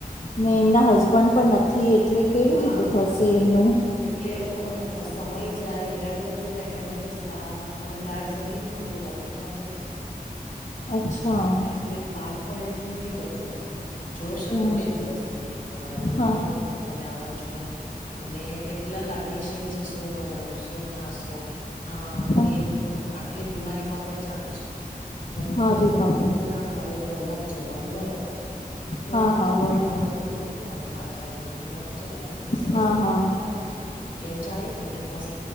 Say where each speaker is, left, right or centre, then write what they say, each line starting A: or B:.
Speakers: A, on the left (about 55°); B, on the left (about 70°).
A: ને એમના હસબન્ડ પણ નથી એટલે કેવી
B: હા
A: રીતે થશે એમનું?
B: એટલે એ લોકોનો સમય જાય હેરાનગતિ થાય એટલે અમે પછી બા અમે બાર જમી ને દોઢ વાગે ત્યાં પોહોચ્યા
A: અચ્છા
B: હ અને એમને પણ એટલી નથી કરી શકતા જોશ
A: હમ
B: હતો બે દિવસ એમને અમારા ગ્રુપમાં
A: હા
B: આવતું તમે આવો છો અને એટલા લાગણીશીલ છે શું બનાવું શું ખાશો? આમ
A: હા
B: તેમ એમનું આટલી બીમારીમાં પણ ચાલુ છે એટલે અમે
A: હા
B: એમ
A: રે
B: જ કહી
A: બાપા
B: દીધું કે ના અમારે ટ્રેન માં જમવાનું મળવાનું છે અને
A: હા
B: સાચું
A: હા
B: ટ્રેનમાં
A: બરાબર
B: હતી જને સાં પાંચ વાગે મંદિર ભારત ચડ્યા ને એટલે સરસ
A: હા
B: હતું
A: હા
B: બેઠા
A: બર
B: ટ્રેન ચાલુ થઈ મસ્ત